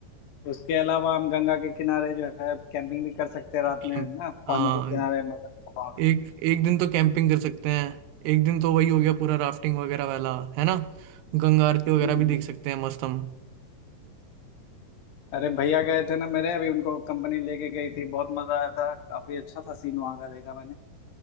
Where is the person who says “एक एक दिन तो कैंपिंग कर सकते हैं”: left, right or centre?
Right